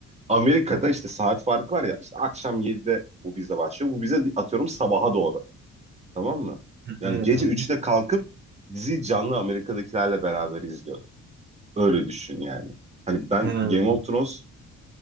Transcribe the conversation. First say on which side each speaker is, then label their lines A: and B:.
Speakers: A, on the right; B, on the right.
A: Amerika'da işte saat farkı var ya işte akşam 7'de bu bize başlıyor. Bu bize atıyorum sabaha doğru. Tamam mı? Yani
B: Evet
A: gece
B: abi.
A: üçte kalkıp dizi canlı Amerika'dakilerle beraber izliyordu. Öyle düşün yani. Hani ben
B: Ha.
A: Game of Thrones